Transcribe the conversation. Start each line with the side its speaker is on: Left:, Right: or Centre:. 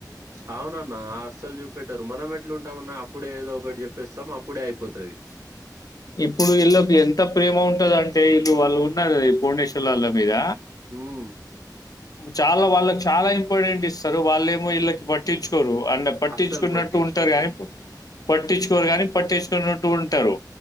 Right: అవున అన్న అస్సలు చూపెట్టారు మనం ఎట్లు ఉంటామన్న అప్పుడే ఏదో ఒకటి చెప్పేస్తాము అప్పుడే అయిపోతంది
Left: ఇప్పుడు వీళ్ళకి ఎంత ప్రేమ ఉంటది అంటే వీళ్ళు వాళ్ళు ఉన్నారు పుర్ణేశ్వర్ వాళ్ళ మీద
Right: ఉహు
Left: చాలా వాళ్ళకి చాలా ఇంపార్టెంట్ ఇస్తారు వాళ్ళేమో వీళ్ళకి పట్టించుకోరు అంట పట్టించుకున్నట్టు
Right: అస్సలు పట్టించుకోరు.
Left: ఉంటారు గాని పట్టించుకోరు కాని పట్టించుకున్నట్టు ఉంటారు